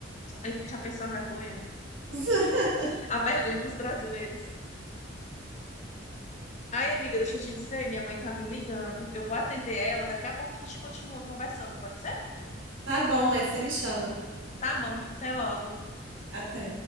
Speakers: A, on the left; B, on the right.
A: Ai, Já pensou a vergonha?
B: <laughs>
A: A vergonha dos brasileiros. Ai, amiga, deixa eu te dizer, minha mãe tá me ligando. Eu vou atender ela, daqui a pouco a gente continua conversando, pode ser?
B: Tá bom, aí você me chama.
A: Tá bom, até logo.
B: Até.